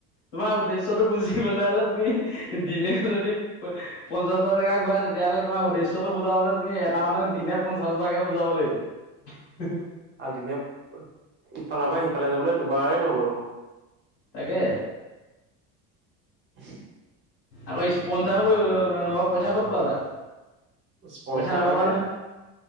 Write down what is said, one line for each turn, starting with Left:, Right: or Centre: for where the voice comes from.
Left: তোমাৰ উদ্দেশ্যটো বুজিবলৈ হ'লে তুমি দিনেও যদি পঞ্চাছ বাৰ গৈ থাকা তেতিয়াহলে তোমাৰ উদ্দেশ্যটো বুজাবলৈ তুমি এটা মানুহে দিনে পঞ্চাছ বাৰকে বুজাব লাগিব।
Right: আৰু দিনত ইফালৰ পৰা সিফালে যাবলৈ দুবাৰেই নহ'ব দেখোন।
Left: তাকে
Right: <unintelligible>
Left: আকৌ স্পঞ্জাৰো কৰিব লাগিব ন মানে পইচা ক'ত পাবা।
Right: স্পনচাৰ
Left: পইচা নাপাবা
Right: মানে
Left: নহয়।